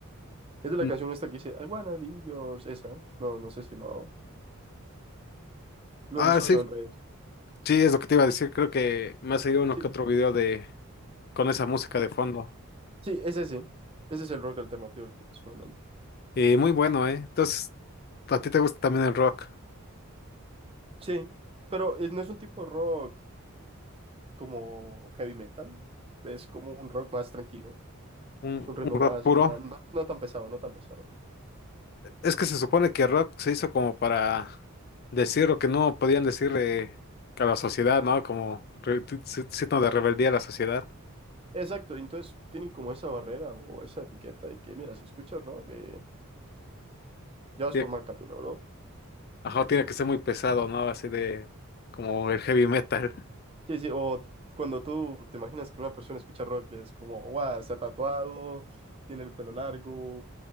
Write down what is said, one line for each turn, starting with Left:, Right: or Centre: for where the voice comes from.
Right: Es de la
Left: Mm,
Right: canción esta que dice, I wanna be yours, esa. No, no sé si lo, lo
Left: Ah,
Right: has escuchado
Left: sí,
Right: en redes.
Left: sí, es lo que te iba a decir. Creo que me ha seguido uno
Right: Sí,
Left: que otro video de con esa música de fondo.
Right: sí, es ese. Ese es el rock alternativo del que te estoy hablando.
Left: Y muy bueno, ¿eh? Entonces, ¿a ti te gusta también el rock?
Right: Sí, pero eh, no es un tipo de rock como heavy metal, es como un rock más tranquilo.
Left: ¿Un,
Right: Es un ritmo
Left: un rock
Right: más,
Left: puro?
Right: más- no, no tan pesado, no tan pesado.
Left: Es que se supone que Rock se hizo como para decir lo que no podían decirle a la sociedad, ¿no? Como re- t- si- signo de rebeldía a la sociedad.
Right: Exacto, y entonces tienen como esa barrera o esa etiqueta de que, mira, si escuchas rock, eh, ya vas
Left: Tie-
Right: por mal camino, ¿no?
Left: Ajá, tiene que ser muy pesado, ¿no? Así de como el heavy metal.
Right: Sí, sí, o cuando tú te imaginas que una persona escucha rock, es como, guau, se ha tatuado, tiene el pelo largo,